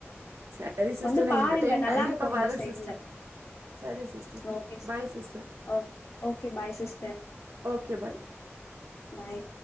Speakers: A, on the right; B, on the left.
A: ச சரி சிஸ்டர்
B: வந்து
A: நான்
B: பாருங்க
A: இந்த டைம்
B: நல்லா
A: கண்டிப்பா
B: இருக்கு
A: வறே
B: இந்த சைடுல
A: சிஸ்டர் சரி சிஸ்டர்
B: ஓகே
A: பாய் சிஸ்டர்
B: ஓ okay bye sister
A: okay bye
B: பாய்